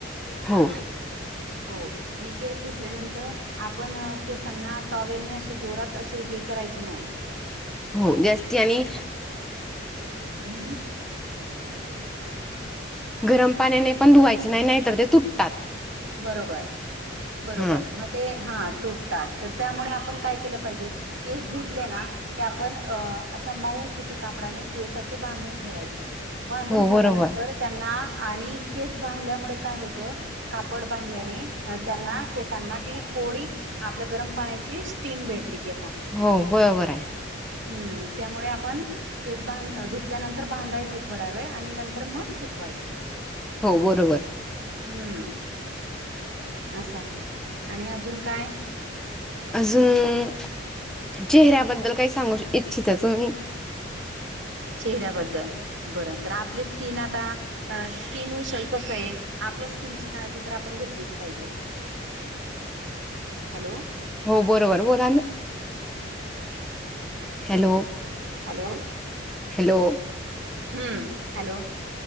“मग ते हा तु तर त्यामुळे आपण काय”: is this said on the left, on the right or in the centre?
Right